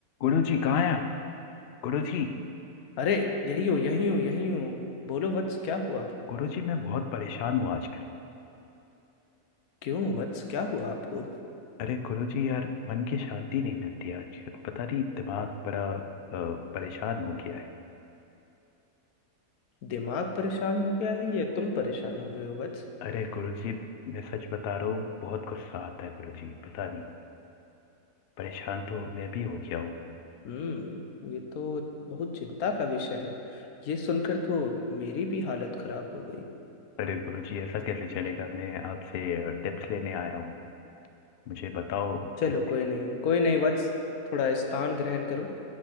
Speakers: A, on the left; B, on the left.
A: गुरु जी कहाँ हैं आप गुरु जी
B: अरे यही हूँ यही हूँ यही हूँ बोलो वत्स क्या हुआ
A: गुरु जी मैं बहुत परेशान हूँ आजकल
B: क्यों वत्स क्या हुआ आपको
A: अरे गुरु जी यार मन की शांति नहीं मिलती आजकल पता नहीं दिमाग बड़ा अ, परेशान हो गया है
B: दिमाग परेशान हो गया है या तुम परेशान हो गए हो वत्स
A: अरे गुरु जी मैं सच बता रहा हूँ बहुत गुस्सा आता है गुरु जी पता नहीं परेशान तो मैं भी हो गया हूँ
B: हम्म ये तो बहुत चिंता का विषय है ये सुनकर तो मेरी भी हालत खराब हो गई
A: अरे गुरु जी ऐसा कैसे चलेगा मैं आपसे टिप्स लेने आया हूँ मुझे बताओ
B: चलो
A: कैसे
B: कोई नहीं कोई नहीं वत्स थोड़ा स्थान ग्रहण करो